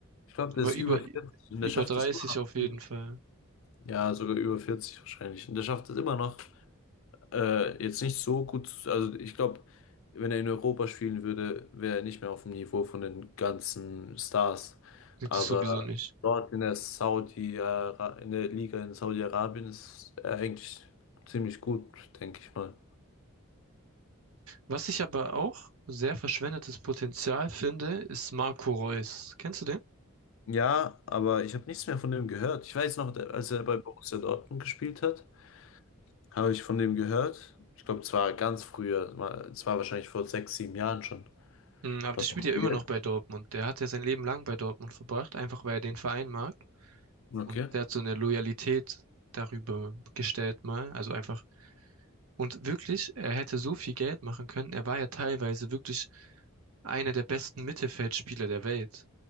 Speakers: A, on the left (about 65°); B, on the right (about 85°).
A: Ich glaube, der
B: Aber
A: ist
B: über,
A: über 40 und
B: über
A: der schafft
B: 30
A: es immer
B: auf jeden
A: noch.
B: Fall.
A: Ja, sogar über 40 wahrscheinlich. Und der schafft es immer noch, Äh, jetzt nicht so gut, also ich glaube, wenn er in Europa spielen würde, wäre er nicht mehr auf dem Niveau von den ganzen Stars.
B: Gibt
A: Aber
B: es sowieso nicht.
A: dort in der Saudi, Ara- in der Liga in Saudi-Arabien ist er eigentlich ziemlich gut, denke ich mal.
B: Was ich aber auch sehr verschwendetes Potenzial finde, ist Marco Reus. Kennst du den?
A: Ja, aber ich habe nichts mehr von dem gehört. Ich weiß noch, als er bei Borussia Dortmund gespielt hat, habe ich von dem gehört. Ich glaube, zwar ganz früher, war- es war wahrscheinlich vor sechs, sieben Jahren schon.
B: Mm, Aber
A: Was
B: der spielt
A: macht
B: ja immer
A: er
B: noch
A: jetzt?
B: bei Dortmund. Der hat ja sein Leben lang bei Dortmund verbracht, einfach weil er den Verein mag.
A: Okay.
B: Und der hat so eine Loyalität darüber gestellt mal. Also einfach. Und wirklich, er hätte so viel Geld machen können. Er war ja teilweise wirklich einer der besten Mittelfeldspieler der Welt.